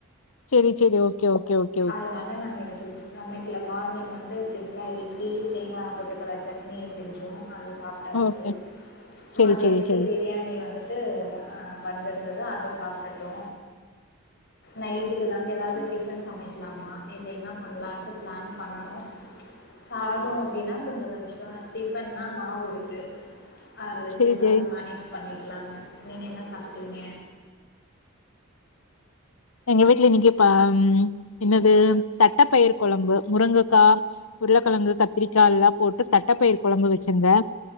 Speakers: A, on the left; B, on the left.
A: சேரி சேரி ஓக்கே ஓக்கே ஓக்
B: அதனால நாங்க இன்னைக்கு சமைக்கல மார்னிங் வந்து சிம்ப்ளா இட்லி தேங்கா பொட்டுக்கல்ல சட்னி செஞ்சோ அது சாப் டாச்சு
A: ஓகே செரி
B: மதியத்துக்கு
A: செரி செரி
B: பிரியாணி வந்து ட்டு அ வந்திருந்தது அத சாப்ட்டுட்டோ நைட்டுக்கு தாங்க ஏதாவது டிப் பண்ணிக்கலாமா இல்ல என்ன பண்ணலான்ட்டு பிளான் பண்ணணு சாதம் அப்படின்னா கொஞ்சோ கஷ்டம் டிஃபன்னா மாவு இருக்கு அதை வச்சு
A: செரி
B: ஏதாவது
A: செரி
B: மேனேஜ் பண்ணிக்கலாங்க நீங்க என்ன சாப்ட்டீங்க
A: எங்க வீட்ல இன்னைக்கு ப என்னது தட்டப்பயிர் கொழம்பு முருங்கக்கா உருளைக்கிழங்கு கத்திரிக்கா எல்லா போட்டு தட்டப்பயிர் கொழம்பு வச்சிருந்தே